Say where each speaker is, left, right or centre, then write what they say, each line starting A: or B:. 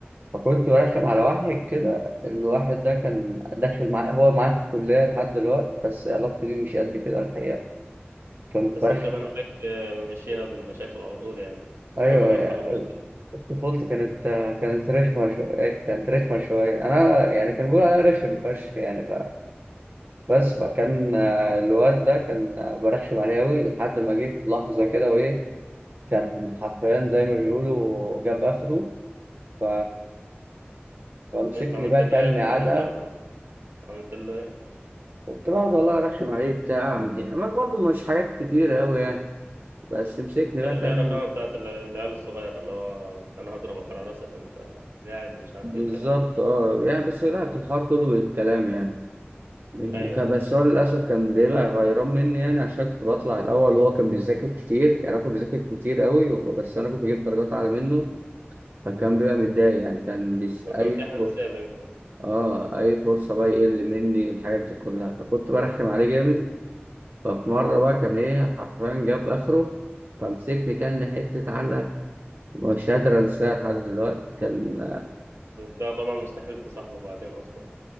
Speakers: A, on the right; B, on the right.
A: فكنت برخم على واحد كده الواحد ده كان داخل معاه هو معاه في الكلية لحد دلوقتي بس علاقتي بيه مش قد كده الحقيقة كنت
B: بس
A: برخم
B: انت بان عليك آه، ممشيها بالمشاكل على طول يعني
A: أيوه
B: كل مرحلة مشكلة
A: طفولتي كانت كانت رخمة شوية كانت رخمة شوية أنا يعني كان بيقولوا عليا رخم فشخ يعني ف... بس فكان آه، الواد ده كان آه، برخم عليه أوي لحد ما جه في لحظة كده وإيه كان حرفيا زي ما بيقولوا جاب آخره ف... فمسكني
B: انت عملت
A: بقى
B: له
A: كلني
B: ايه عشان
A: علقة
B: يجيب اخر عملت له ايه
A: كنت بقعد والله أرخم عليه بتاع أما برضه مش حاجات كتيرة أوي يعني بس مسكني بقى
B: هي اللي
A: كان
B: هي الرخامة بتاعت ال- العيال الصغيرة اللي هو أنا هضربك على راسك أنت قاعد مش عارف
A: بالظبط
B: إيه الكلام ده
A: أه يعني بس لا كان الحوار كله بالكلام يعني. وكان
B: أيوه أيوه
A: بس هو للأسف كان بيبقى غيران مني يعني عشان كنت بطلع الأول وهو كان بيذاكر كتير يعني هو كان بيذاكر كتير قوي بس أنا كنت بجيب درجات أعلى منه فكان بيبقى متضايق يعني كان بيس أي
B: وكان في
A: فرصة
B: حساسية بينكم
A: آه أي فرصة بقى يقل مني الحاجات دي كلها فكنت برخم عليه جامد ففي مرة بقى كان إيه حرفيا جاب آخره فمسكني كان حتة علقة مش قادر أنساها لحد دلوقتي كان
B: ده طبعا مستحيل تصاحبه بعدين أصلا